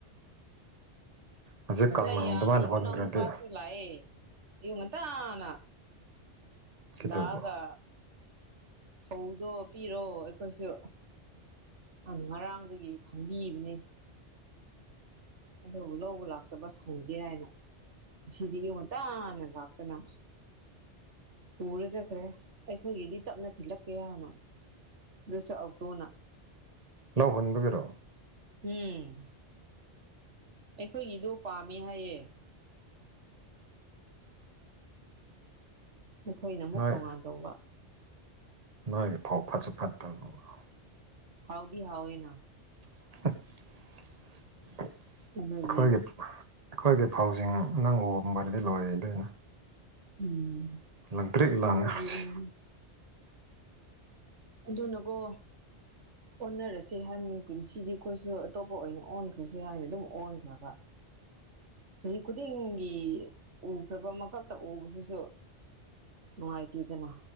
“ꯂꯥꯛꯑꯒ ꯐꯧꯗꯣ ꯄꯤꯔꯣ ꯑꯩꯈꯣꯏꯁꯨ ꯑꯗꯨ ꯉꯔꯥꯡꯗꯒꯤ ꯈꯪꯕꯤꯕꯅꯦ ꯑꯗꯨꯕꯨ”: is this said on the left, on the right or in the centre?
Right